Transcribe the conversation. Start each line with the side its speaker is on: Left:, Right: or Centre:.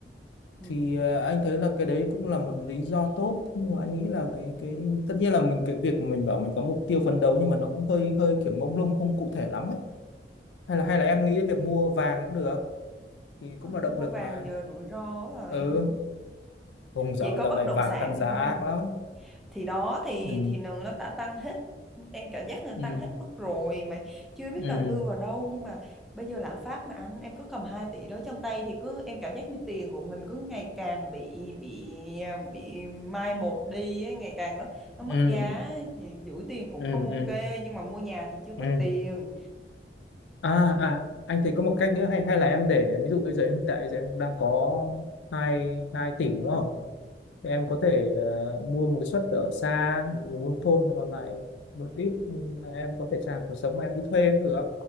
Centre: Ừm.
Left: thì ờ, anh thấy là cái đấy cũng là một lý do tốt nhưng mà anh nghĩ là cái cái tất nhiên là mình cái việc mình bảo mình có mục tiêu phấn đấu nhưng mà nó cũng hơi hơi kiểu mông lung không cụ thể lắm ấy hay là hay là em
Centre: Ừm.
Left: nghĩ việc mua vàng cũng được thì cũng
Centre: À,
Left: là động
Centre: mua
Left: lực
Centre: vàng
Left: mà
Centre: giờ rủi ro rồi
Left: ừ
Centre: em
Left: vùng dạo
Centre: chỉ có
Left: dạo
Centre: bất
Left: này
Centre: động
Left: vàng
Centre: sản
Left: tăng giá
Centre: thôi
Left: ác lắm
Centre: thì đó thì
Left: ừ
Centre: thì nường nó đã tăng hết em cảm giác là
Left: ừ
Centre: tăng hết mức rồi mà chưa biết
Left: ừ
Centre: đầu tư vào đâu nhưng mà bây giờ lạm phát mà anh em cứ cầm 2 tỷ đó trong tay thì cứ em cảm giác như tiền của mình cứ ngày càng bị bị bị mai một đi ấy, ngày càng nó nó mất
Left: ừ
Centre: giá giữ tiền cũng
Left: ừ
Centre: không ok
Left: ừ
Centre: nhưng mà mua nhà thì chưa
Left: ừ
Centre: có tiền
Left: à à anh thấy có một cách nữa hay hay là em để ví dụ bây giờ em tại giờ em đang có hai hai tỷ đúng không Thì em có thể ờ, mua một cái suất ở xa vùng nông thôn và còn lại một ít ừ, em có thể trả cuộc sống mà em đi thuê cũng được